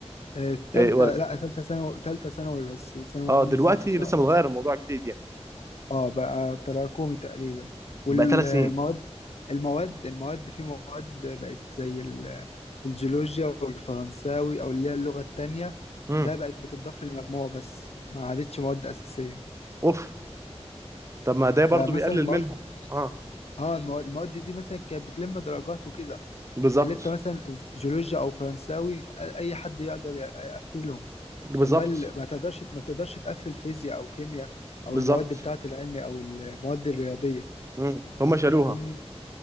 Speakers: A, on the left; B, on the right.
A: آه، تالتة
B: إيه ولا...
A: لا تالتة ثانوي تالتة ثانوي بس ثانوي
B: اه
A: عام
B: دلوقتي
A: بس، تالتة ثانوي
B: لسه متغير
A: بس.
B: الموضوع جديد يعني
A: اه بقى تراكمي تقريبا والمواد
B: بقى ثلاث سنين
A: المواد المواد في مواد بقت زي الجيولوجيا والفرنساوي او اللي هي اللغة التانية
B: امم
A: ده بقت بتضاف للمجموع بس ما عادتش مواد أساسية
B: اوف طب ما ده
A: فمثلا
B: برضو بيقلل
A: المواد
B: منهم اه
A: اه المواد المواد دي مثلا كانت بتلم درجات وكده
B: بالظبط
A: اللي انت مثلا جيولوجيا او فرنساوي أ- اي حد يقدر ي- يقفلهم
B: بالظبط
A: امال ما تقدرش ما تقدرش تقفل فيزياء او كيمياء
B: بالظبط
A: او المواد بتاعة العلمي او المواد الرياضية
B: مم. هم شالوها
A: فاهمني